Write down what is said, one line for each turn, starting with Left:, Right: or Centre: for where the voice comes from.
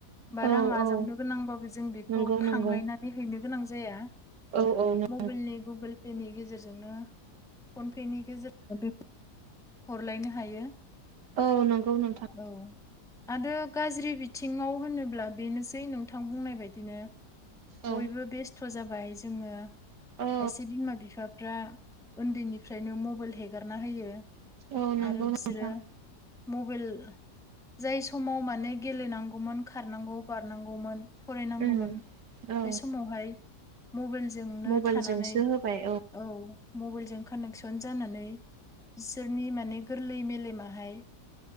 Centre: बा
Right: औ
Centre: रां आजावनो
Right: औ
Centre: गोनांबाबो जों बेखौ
Right: नंगौ
Centre: थांलायनानै
Right: नंगौ
Centre: हैनो गोनां जाया
Right: औ औ नों
Centre: मबाइलनि गुगोल पेनि गेजेरजोंनो फन पेनि गेजेरजों बे हरलायनो हायो
Right: औ नंगौ नोंथां।
Centre: औ आरो गाज्रि बिथिङाव होनोब्ला बेनोसै नोंथां बुंनाय बायदिनो
Right: औ
Centre: बयबो बेस्थ' जाबाय जोङो खायसे
Right: औ
Centre: बिमा बिफाफ्रा उन्दैनिफ्रायनो मबाइल हेगारना होयो
Right: औ नंगौ
Centre: आरो बिसोरो
Right: नोंथां।
Centre: मबाइल जाय समाव माने गेलेनांगौमोन खारनांगौ बारनांगौमोन फरायनांगौमोन
Right: उम औ
Centre: बे समावहाय मबाइलजोंनो
Right: मबाइलजोंसो
Centre: थानानै
Right: होबाय
Centre: औ मबाइलजों कानेकसन जानानै बिसोरनि माने गोरलै मेलेमाहाय